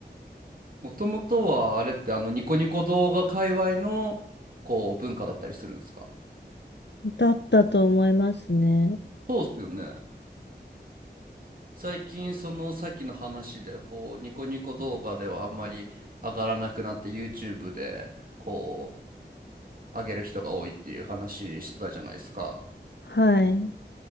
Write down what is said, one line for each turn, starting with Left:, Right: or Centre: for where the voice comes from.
Right: もともとはあれってあのニコニコ動画界隈のこう文化だったりするんですか
Left: だったと思いますね。
Right: そうっすよね。最近そのさっきの話でこうニコニコ動画ではあんまり上がらなくなって YouTube でこう上げる人が多いっていう話してたじゃないですか。
Left: はい。